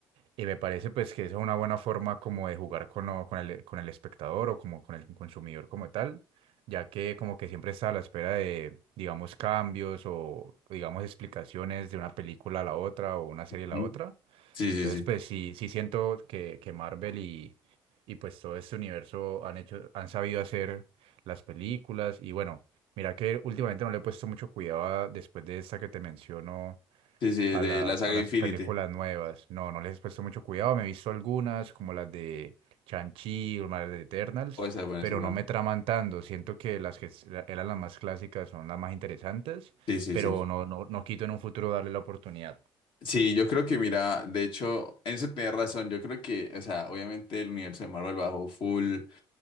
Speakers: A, on the right (about 80°); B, on the left (about 65°).
A: Y me parece pues que esa es una buena forma como de jugar con, lo- con el, con el espectador o como con el consumidor como tal, ya que como que siempre está a la espera de, digamos, cambios o digamos explicaciones de una película a la otra o una serie a
B: ¿Mm?
A: la otra.
B: Sí,
A: Entonces
B: sí, sí.
A: pues sí, sí siento que, que Marvel y, y pues todo este universo han hecho, han sabido hacer las películas y bueno, mira que últimamente no le he puesto mucho cuidado a- después de esta que te menciono
B: Sí, sí,
A: a
B: de
A: las,
B: la saga
A: a las
B: Infinity.
A: películas nuevas. No, no les he puesto mucho cuidado. Me he visto algunas, como las de Chanchi o las de Eternals,
B: O esa es buena,
A: pero
B: esa es buena.
A: no me traman tanto. Siento que las que s- eran las más clásicas son las más interesantes,
B: Sí, sí,
A: pero
B: sí.
A: no, no, no quito en un futuro darle la oportunidad.
B: Sí, yo creo que, mira, de hecho, en eso tenés razón. Yo creo que, o sea, obviamente el universo de Marvel bajó full,